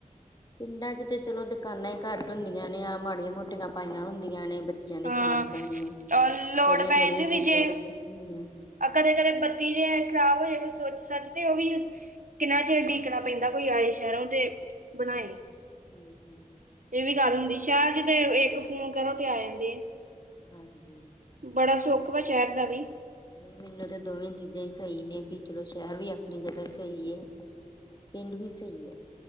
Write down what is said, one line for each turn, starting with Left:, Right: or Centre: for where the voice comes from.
Left: ਪਿੰਡਾਂ ਚ ਤੇ ਚਲੋ ਦੁਕਾਨਾਂ ਹੀ ਘੱਟ ਹੁੰਦੀਆਂ ਨੇ ਆ ਮਾੜੀਆਂ ਮੋਟੀਆਂ ਪਾਈਆਂ ਹੁੰਦੀਆਂ ਨੇ। ਬੱਚਿਆਂ ਦੇ
Right: ਹਾਂ
Left: ਖਾੜ ਖੂਨ ਨੂੰ
Right: ਔਰ ਲੋੜ
Left: ਥੋੜੀਆਂ
Right: ਪੈ
Left: ਥੋੜੀਆਂ
Right: ਜਾਂਦੀ ਹੁੰਦੀ
Left: ਚੀਜ਼ਾਂ
Right: ਜੇ
Left: ਰੱਖੀਆਂ ਹੁੰਦੀਆਂ।
Right: ਕਦੇ -ਕਦੇ ਬੱਤੀ ਜੇ ਖਰਾਬ ਹੋ ਜਾਵੇ, ਸੁਚ ਸੱਚ ਤੇ ਉਹਵੀ। ਕਿੰਨਾ ਚਿਰ ਡੀਕਨਾ ਪੈਂਦਾ ਕੋਈ ਆਏ ਸ਼ਹਿਰੋਂ ਤੇ ਬਣਾਏ
Left: ਹੂੰ-ਹੂੰ।
Right: ਇਹ ਵੀ ਗੱਲ ਹੁੰਦੀ ਸ਼ਹਿਰ ਚ ਤੇ ਏਕ ਫੋਨ ਕਰੋ ਤੇ ਆ ਜਾਂਦੇ ਅ
Left: ਹਾਂਜੀ,
Right: ਬੜਾ ਸੋਖ ਵਾ ਸ਼ਹਿਰ ਦਾ ਵੀ
Left: ਨਹੀਂ ਮੈਨੂੰ ਤਾਂ ਦੋਵੇਂ ਚੀਜ਼ਾਂ ਹੀ ਸਹੀ ਨੇ ਵੀ ਚਲੋ ਸ਼ਹਿਰ ਵੀ ਆਪਣੀ ਜਗਾ ਸਹੀ ਏਹ ਪਿੰਡ ਵੀ ਸਹੀ ਹੈ